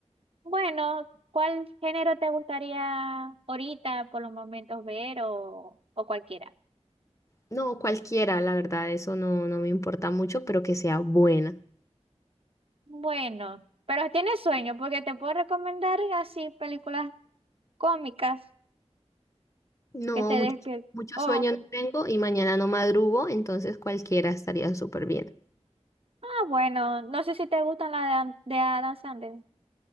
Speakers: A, on the right (about 55°); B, on the left (about 25°).
A: Bueno, ¿cuál género te gustaría ahorita por los momentos ver o, o cualquiera?
B: No, cualquiera, la verdad, eso no, no me importa mucho, pero que sea buena.
A: Bueno, pero tienes sueño, porque te puedo recomendar así películas cómicas
B: No,
A: que te
B: mucho,
A: despierten.
B: mucho
A: O,
B: sueño no tengo y mañana no madrugo, entonces cualquiera estaría súper bien.
A: ah, bueno, no sé si te gustan las de, Ad- de Adam Sandler.